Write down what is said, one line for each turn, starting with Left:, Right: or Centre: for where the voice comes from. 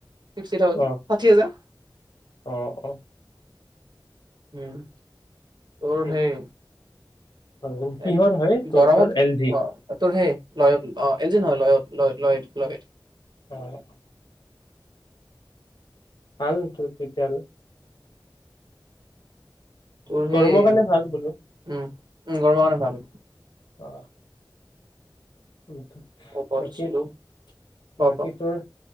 Right: ছিক্সটি থাউজেন্ড,
Left: অ',
Right: ষাঠি হাজাৰ।
Left: অ', অ',
Right: উম', ত
Left: এইট
Right: সেই।
Left: থাউজেণ্ড কিহৰ
Right: এহ
Left: হয়
Right: ',
Left: তোৰটোৰ
Right: গৰমত
Left: এল জি?
Right: অহ ', তোৰ সেই লয়ত, অহ ', এল জি নহয় লয়ত। <unintelligible> লয়ত ল লয়ত
Left: অহ ', ভাল তোৰ তেতিয়াহলে।
Right: তোৰ সেই
Left: গৰমৰ কাৰণে
Right: উম',
Left: ভাল বোলো
Right: - উম ', গৰমৰ ভাল।
Left: অহ ', উম ',
Right: ওপৰত
Left: বাকী
Right: আছিলো
Left: -
Right: ক
Left: বাকী
Right: ক
Left: তোৰ।